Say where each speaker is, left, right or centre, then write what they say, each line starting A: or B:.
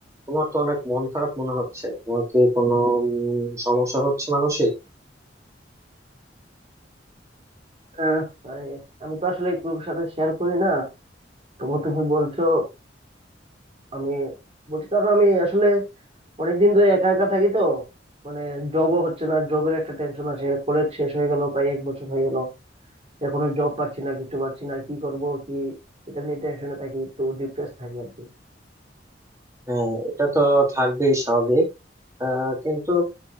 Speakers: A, on the right; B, on the right.
A: তোমার তো অনেক মন খারাপ মনে হচ্ছে তোমার কি কোনো উম, সমস্যা হচ্ছে মানসিক
B: আহ, আরে, আমি তো আসলে কারোর সাথে শেয়ার করি না তবু তুমি বলছো আমি বলছি কারণ আমি আসলে অনেকদিন ধরে একা একা থাকি তো মানে জবও হচ্ছে না জবের একটা টেনশন আছে কলেজ শেষ হয়ে গেল প্রায় এক বছর হয়ে গেল এখনো জব পাচ্ছি না কিছু পাচ্ছি না কি করব কি এটা নিয়ে টেনশনে থাকি একটু ডিপ্রেস থাকি আর কি
A: হ্যাঁ এটা তো থাকবেই স্বাভাবিক আহ, কিন্তু